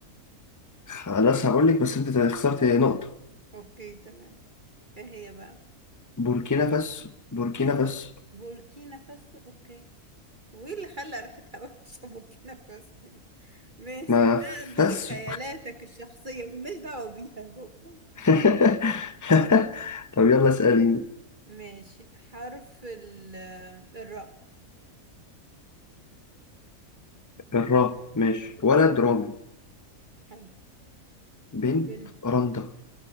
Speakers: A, on the left (about 15°); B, on the right (about 35°).
A: خلاص
B: لا
A: هقول لك بس انت خسرت نقطة
B: اوكي تمام ايه هي بقى
A: بوركينا فاسو بوركينا
B: ب...
A: فاسو
B: بوركينا فاسو اوكي وايه اللي خلى ريحتها وحشه بوركينا فاسو <laughs> ماشي
A: ما
B: ده دي
A: فاسو
B: خيالاتك الشخصيه ملناش دعوه بيها يا بابا
A: <laughs> طب يلا اسأليني
B: ماشي حرف ال... الراء
A: الراء ماشي ولد رامي
B: حلو
A: بنت
B: بنت
A: رندا